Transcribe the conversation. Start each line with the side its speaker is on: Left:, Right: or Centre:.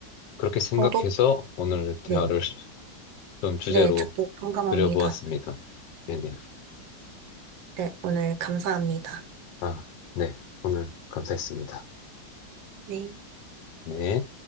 Left: 그렇게 생각해서
Right: 저도,
Left: 오늘 대화를
Right: 네.
Left: <laughs> 좀 주제로
Right: 네, 저도 공감합니다.
Left: 드려보았습니다. 네네.
Right: 네, 오늘 감사합니다.
Left: 아, 네. 오늘 감사했습니다.
Right: 네.
Left: 네.